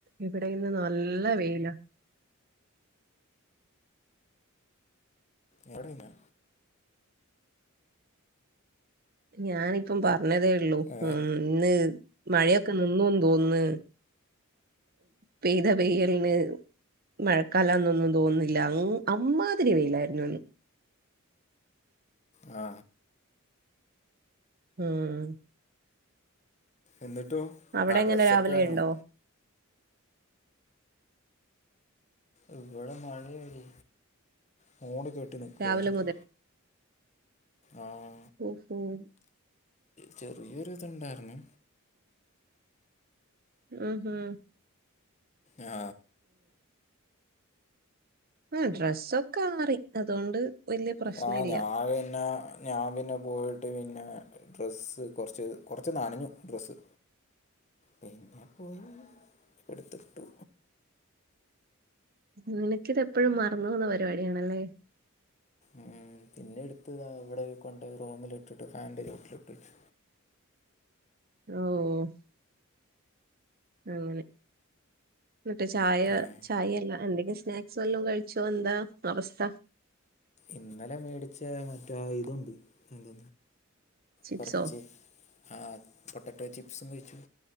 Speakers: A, on the right; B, on the left.
A: ഇവിടെ ഇന്ന് നല്ല വെയില
B: എവിടെങ്ങ
A: ഞാനിപ്പം പറഞ്ഞതേ ഉള്ളൂ
B: ഏ
A: ഉ ഇന്ന് മഴയൊക്കെ നിന്നുന്ന് തോന്നുന്നു പെയ്ത പെയ്യലിന് മഴക്കാലംന്നൊന്നും തോന്നുന്നില്ല അമ്മാതിരി വെയിലായിരുന്നു എന്ന്
B: ആ
A: ഹം
B: എന്നിട്ടോ
A: അവിടെ
B: ആ അഡ്രസ്സൊക്കെ
A: എങ്ങനെ രാവിലെ
B: ആ
A: ഉണ്ടോ
B: ഇവിടെ മഴയായി മോണ കെട്ടി നക്കുവായിരുന്നു
A: രാവിലെ
B: ആഹ
A: ഉം
B: ചെറിയൊരി ഇതുണ്ടായിരുന്നു
A: ആഹ ഹഹ
B: ആ
A: ആ ഡ്രസ്സൊക്കെ മാറി അതുകൊണ്ട് വലിയ പ്രശ്ന
B: ആ്
A: ഇല്ല
B: ഞാൻ പിന്നെ ഞാൻ പിന്നെ പോയിട്ട് പിന്നെ ഡ്രസ്സ് കൊറച്ച് കുറച്ച് നനഞ്ഞു ഡ്രസ്സ് പിന്നെ പോയി എടുത്തിട്ടു
A: നിനക്കിതെപ്പോഴും മറന്നു പോോന്ന പരിപാടാണല്ലേ
B: ഉ പിന്നെ എടുത്ത് അവിടെക്കൊണ്ട് റൂമിലിട്ടിട്ട് ഫാനി്റെ ചൂട്ടിലിട്ടിട്ട്
A: ഓ അങ്ങനെ എന്നിട്ട് ചായ
B: ഏ
A: ചായയല്ല എന്തെങ്കും സ്നാക്സ് വല്ലാം കഴിച്ചോ എന്താ അവസ്ഥ
B: ഇന്നലെ മേടിച്ച മറ്റ ഇതുണ്ട് എന്ത
A: ചിപ്സോ
B: കുറച്ച് ആഹ പൊട്ടറ്റോ ചിപ്സും കഴിച്ചു